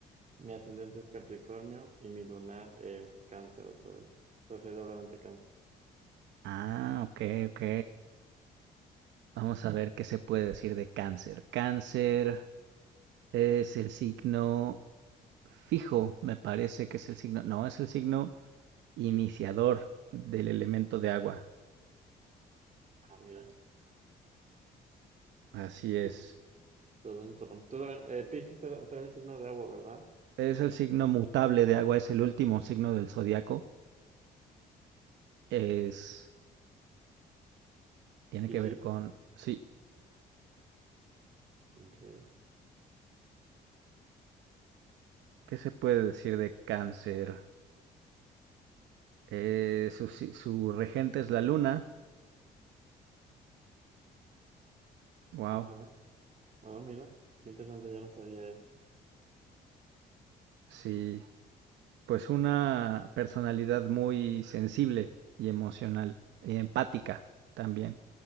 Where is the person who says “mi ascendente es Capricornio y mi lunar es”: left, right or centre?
Right